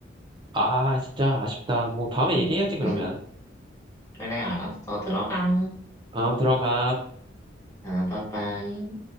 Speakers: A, on the right (about 25°); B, on the left (about 15°).
A: 아, 진짜 아쉽다. 뭐, 다음에
B: 음.
A: 얘기해야지, 그러면.
B: <laughs> 그래, 알았어. 들어가.
A: 어, 들어가.
B: 아, 빠빠이.